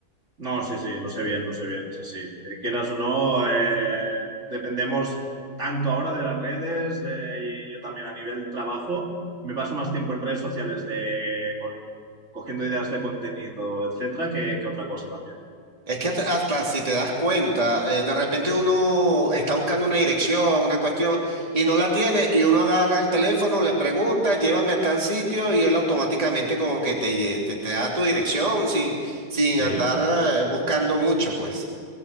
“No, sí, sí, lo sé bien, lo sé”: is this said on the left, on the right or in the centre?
Right